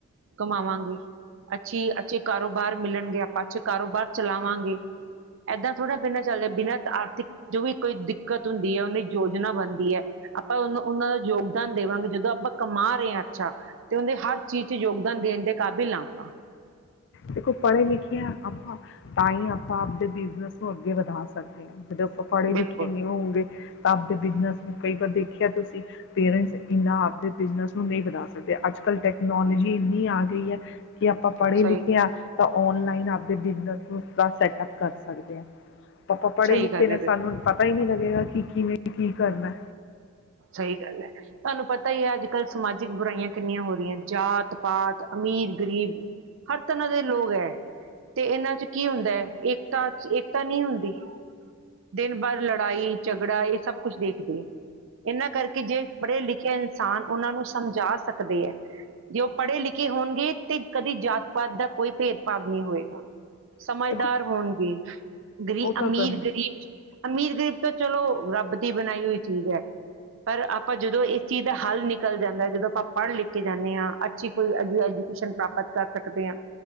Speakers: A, on the right; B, on the left.
A: ਕਮਾਵਾਂਗੇ ਅੱਛੀ ਅੱਛੇ ਕਾਰੋਬਾਰ ਮਿਲਣਗੇ ਆਪਾਂ ਅੱਛੇ ਕਾਰੋਬਾਰ ਚਲਾਵਾਂਗੇ ਏਦਾਂ ਥੋੜ੍ਹਾ ਬਿਨਾਂ ਚੱਲਦੇ ਬਿਨਾਂ ਆਰਥਿਕ ਜੋ ਵੀ ਕੋਈ ਦਿੱਕਤ ਹੁੰਦੀ ਹੈ ਉਹ ਦੀ ਯੋਜਨਾ ਬਣਦੀ ਹੈ। ਆਪਾਂ ਉਹ ਉਹਨਾਂ ਦਾ ਯੋਗਦਾਨ ਦੇਵਾਂਗੇ ਜਦੋਂ ਆਪਾਂ ਕਮਾ ਰਹੇ ਹਾਂ। ਅੱਛਾ ਤੇ ਉਹਦੇ ਹਰ ਚੀਜ਼ ਚ ਯੋਗਦਾਨ ਦੇਣ ਦੇ ਕਾਬਿਲ ਹ ਆਪਾਂ।
B: ਦੇਖੋ ਪੜ੍ਹੇ ਲਿਖੇ ਹਾਂ ਆਪਾਂ ਤਾਂ ਹੀ ਆਪਾਂ ਆਪਦੇ ਬਿਜਨਸ ਨੂੰ ਅੱਗੇ ਵਧਾ ਸਕਦੇ ਹਾਂ ਜਦੋਂ ਆਪਾਂ ਪੜ੍ਹੇ
A: ਬਿਲਕੁਲ
B: ਲਿਖੇ ਨਹੀਂ ਹੋਊਗੇ ਤਾਂ ਆਪਦੇ ਬਿਜਨਸ ਨੂੰ ਕਈ ਦੇਖਿਆ ਤੁਸੀਂ ਪੇਰੈਂਟਸ ਇਨਾ ਆਪਦੇ ਬਿਜਨਸ ਨੂੰ ਨਹੀਂ ਵਧਾ ਸਕੇ ਤੇ ਅੱਜ ਕੱਲ ਟੈਕਨੋਲੋਜੀ ਇੰਨੀ ਆ ਗਈ ਹੈ ਜੇ ਆਪਾਂ ਪੜ੍ਹੇ
A: ਸਹੀ
B: ਲਿਖੇ ਹਾ ਤਾਂ ਆਨਲਾਈਨ ਆਪਣੇ ਬਿਸਨਸ ਨੂੰ ਸਦਾ ਸੈਟਅਪ ਕਰ ਸਕਦੇ ਹਾ ਆਪਾ ਪੜ੍ਹੇ
A: ਸਹੀ
B: ਲਿਖੇ
A: ਗੱਲ
B: ਨੇ
A: ਹੈ ਬਿਲਕੁਲ
B: ਸਾਨੂੰ ਪਤਾ ਹੀ ਨੀ ਲੱਗਦਾ ਕੀ ਕੀ ਨਹੀਂ ਕੀ ਕਰਨੈ
A: ਸਹੀ ਗੱਲ ਹੈ ਤੁਹਾਨੂੰ ਪਤਾ ਹੀ ਹੈ ਅੱਜ ਕੱਲ੍ਹ ਸਮਾਜਿਕ ਬੁਰਾਈਆਂ ਕਿੰਨੀਆਂ ਹੋ ਰਹੀਆਂ ਜਾਤ ਪਾਤ ਅਮੀਰ ਗਰੀਬ - ਹਰ ਤਰ੍ਹਾਂ ਦੇ ਲੋਕ ਹੈ ਤੇ ਇਹਨਾਂ ਚ ਕੀ ਹੁੰਦਾ ਹੈ ਏਕਤਾ ਚ ਏਕਤਾ ਨਹੀਂ ਹੁੰਦੀ ਦਿਨ ਬਰ ਲੜਾਈ ਝਗੜਾ ਇਹ ਸਭ ਕੁਛ ਦੇਖਦੀ ਆ ਇਹਨਾਂ ਕਰਕੇ ਜੇ ਪੜ੍ਹੇ ਲਿਖੇ ਖੇ ਇਨਸਾਨ ਉਹਨਾਂ ਨੂੰ ਸਮਝਾ ਸਕਦੇ ਹੈ ਜੇ ਉਹ ਪੜ੍ਹੇ ਲਿਖੇ ਹੋਣਗੇ ਤੇ ਕਦੀ ਜਾਤ ਪਾਤ ਦਾ ਕੋਈ ਭੇਦਭਾਵ ਨਹੀਂ ਹੋਏਗਾ ਸਮਝਦਾਰ
B: ਦੇਖੋ
A: ਹੋਣਗੇ ਗਰੀ
B: ਉਹ ਤਾਂ
A: ਅਮੀਰ
B: ਗੱਲ
A: ਗਰੀਬ ਅਮੀਰ ਗਰੀਬ ਤੋਂ ਚਲੋ ਰੱਬ ਦੀ ਬਣਾਈ ਹੋਈ ਚੀਜ ਹੈ ਪਰ ਆਪਾਂ ਜਦੋਂ ਇਸ ਚੀਜ਼ ਦਾ ਹੱਲ ਨਿਕਲ ਜਾਂਦਾ ਜਦੋਂ ਆਪਾਂ ਪੜ੍ਹ ਲਿਖ ਕੇ ਜਾਂਦੇ ਹਾਂ, ਅੱਛੀ ਕੋਈ ਐਜ ਐਜੂਕੇਸ਼ਨ ਪ੍ਰਾਪਤ ਕਰ ਸਕਦੇ ਹਾਂ